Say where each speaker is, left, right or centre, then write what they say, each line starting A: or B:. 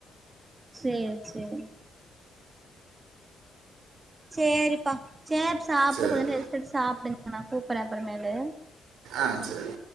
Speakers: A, on the right; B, on the right.
A: சேர் சேரி சேரிப்பா சேர் சாப்பிடு
B: சரி
A: கொஞ்சொ நேரோ ரெஸ்ட் எடுத்து சாப்டு நா கூப்பறே அப்புறமேல
B: ஆ செரி